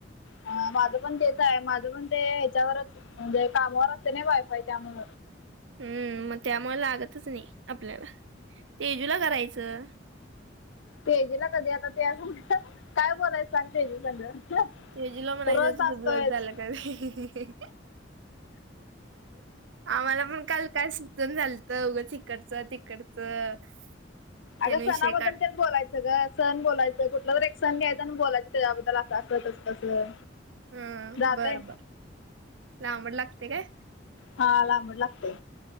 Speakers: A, on the left; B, on the right.
A: ह माझं पण तेच आहे माझं पण ते ह्याच्यावरच म्हणजे कामावर असते नाही वायफाय त्यामु
B: हम्म मग त्यामुळे लागतच नाही आपल्याला तेजूला करायचं
A: तेजेला कधी आता ते काय बोलायचं सांग तेजे सगळं
B: तेजूला म्हणायचं
A: र
B: तुझं
A: असतोयच
B: ब्लाऊज झालं का बे आम्हाला पण काल काय सुचून झालत उघं तिकडचं तिकडचं त्याने
A: अग सणाबदल
B: विषय काढ
A: त्यां बोलायच सगळं सण बोलायचं कुठलं जरी एक सण घ्यायचं आणि बोलायचं त्याच्याबद्दल अस अस तस तसं
B: हम
A: जाते
B: बर बर लांबड लागते काय
A: हा लांबड लागते